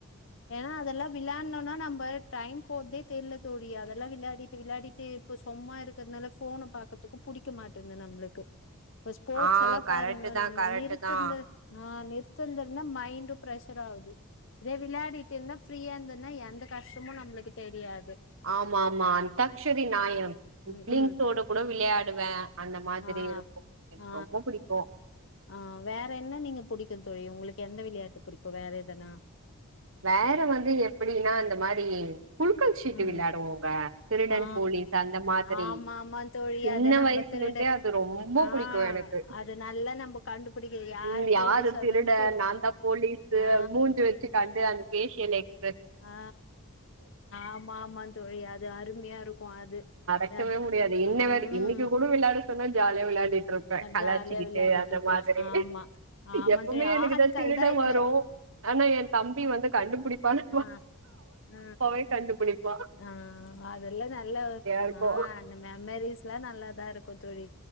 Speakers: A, on the left; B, on the right.
A: ஏன்னா அதெல்லா விளையாட்ணுன்னா நம்ப டைம் போற்தே தெர்ல தோழி அதெல்லா விளாடிட்டு விளாடிட்டு இப்ப சும்மா இருக்கறதுனால ஃபோன பாக்கதுக்கும் புடிக்க மாட்டேன்து நம்மளுக்கு இப்ப ஸ்போர்ட்ஸ்
B: ஆ
A: எல்லா
B: கரெக்ட்
A: பாருங்க
B: தா
A: நம்ம
B: கரெக்ட்
A: நிறுத்துன்து
B: தா
A: ஆ நிறுத்துன்து இருந்துதா மைண்ட் பிரஷ் சர் ஆவுது இதே விளையாடிட்டு இருந்தா ஃப்ரியா இருந்ததுன்னா எந்த கஷ்டமு நம்மளுக்கு தெரியாது
B: ஆமா ஆமா அந்தாக்ஷரி நாயம் உப்லிங்ஸ்
A: ம் ம்
B: ஓட கூட விளையாடுவே அந்த மாதிரி
A: ஆ
B: இருக்கும்
A: ஆ
B: போ
A: ஆ வேற என்ன நீங்க புடிக்கும் தோழி உங்களுக்கு எந்த விளையாட்டு புடிக்கும் வேற எதனா
B: வேற வந்து எப்டின்னா இந்த மாறி குலுக்கல் சீட்டு
A: ம்
B: விளையாடுவோங்க திருடன்
A: ஆ
B: போலீஸ் அந்த மாதிரி
A: ஆமா ஆமா தோழி
B: சின்ன
A: அத நம்ம
B: வயசு
A: திருட
B: சின்ன <unintelligible> அது ரொம்ப
A: ஆ
B: புடிக்கும் எனக்கு
A: அது நல்லா நம்ம கண்டுபிடிக்க யார்
B: ம் யாரு
A: போலீஸ் வந்தவன்
B: திருட நா தா போலீஸ்சு
A: ஆ
B: மூஞ்ச வச்சு கண்டு அந்த வேஷியலைஸ்
A: ஆ ஆமா ஆமா தோழி அது அருமையா இருக்கும் அது
B: க்கவே
A: அப்
B: முடியாது இன்ன
A: ம்
B: வறீ இன்னிக்கு கூட விளையாட சொன்னா ஜாலியா விளையாடிட்டு இருப்பே கலாச்சிக்கிட்டு
A: ஜாலியா விளையாடிட்டு
B: இந்த
A: இருக்கலா
B: மாதிரி
A: ஆமா ஆமா
B: எப்பவுமே
A: தோழி
B: எனக்கு
A: ஆட்கள்
B: தா திருடன்
A: இல்ல
B: வரும் ஆனா என் தம்பி வந்து கண்டுபுடிப்பானா
A: அ அ
B: து கண்டுபுடிப்பா
A: ஆ அதெல்லா நல்லா
B: இருக்கு
A: ஆ அந்த மே மெமரிஸ்லா நல்லா தா இருக்கும் தோழி